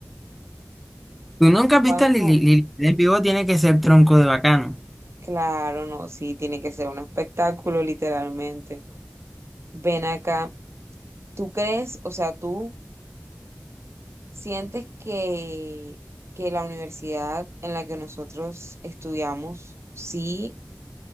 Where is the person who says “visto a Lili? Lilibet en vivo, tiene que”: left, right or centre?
Centre